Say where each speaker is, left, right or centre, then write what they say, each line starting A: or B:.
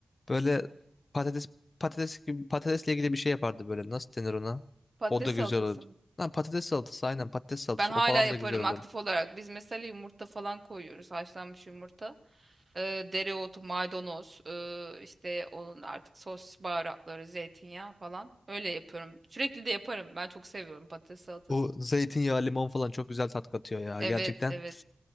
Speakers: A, on the left; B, on the right.
A: Böyle patates patates gibi patatesle ilgili bir şey yapardı böyle. Nasıl denir ona?
B: patates
A: O da güzel
B: salatası
A: olurdu.
B: mı?
A: Lan patates salatası aynen patates salatası.
B: Ben hala
A: O falan
B: yaparım
A: da güzel olurdu.
B: aktif olarak. Biz mesela yumurta falan koyuyoruz. Haşlanmış yumurta. Ee, dereotu, maydanoz, ee, işte onun artık sos baharatları, zeytinyağı falan. Öyle yapıyorum. Sürekli de yaparım. Ben çok seviyorum patates salatasını.
A: O zeytinyağı limon falan çok güzel tat katıyor ya.
B: Evet,
A: Gerçekten
B: evet.